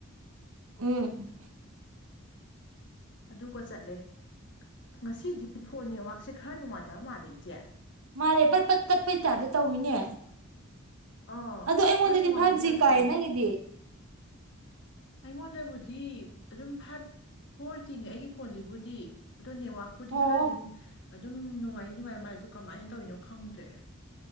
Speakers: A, on the right (about 85°); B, on the left (about 55°).
A: ꯎꯝ
B: ꯑꯗꯨꯒ ꯆꯠꯂꯦ ꯉꯁꯤꯗꯤ ꯐꯣꯟ ꯅꯦꯠꯋꯥꯛꯁꯦ ꯈꯔ ꯅꯨꯡꯉꯥꯏꯇꯕ ꯃꯥꯜꯂꯤ <unintelligible> ꯑꯩꯖꯦ
A: ꯃꯥꯂꯦ ꯄꯠ ꯄꯠ ꯄꯠꯄꯩ ꯇꯥꯕꯗꯣ ꯇꯧꯋꯤꯅꯦ
B: ꯑꯥ
A: ꯑꯗꯣ ꯑꯩꯉꯣꯟꯗꯗꯤ
B: ꯈꯔ ꯅꯨꯡꯉꯥꯏꯇꯕꯗꯥꯛ
A: ꯐꯥꯏꯚ ꯖꯤ ꯀꯥꯏꯌꯦ
B: ꯇꯧꯋꯦ
A: ꯅꯪꯒꯤꯗꯤ
B: ꯑꯩꯉꯣꯟꯗꯕꯨꯗꯤ ꯗꯤ ꯑꯗꯨꯝ ꯐꯥꯏꯚ ꯐꯣꯔ ꯖꯤꯅꯦ ꯑꯩꯒꯤ ꯐꯣꯟꯖꯤꯕꯨꯗꯤ ꯑꯗꯣ ꯅꯦꯋꯥꯛꯄꯨꯗꯤ
A: ꯑꯣ
B: ꯈꯔꯗꯤ ꯑꯗꯨꯝ ꯅꯨꯡꯉꯥꯏ ꯅꯨꯡꯉꯥꯏ ꯃꯥꯜꯂꯦ ꯗꯣ ꯀꯃꯥꯏ ꯇꯧꯋꯤꯅꯣ ꯈꯪꯗ꯭ꯔꯦ꯫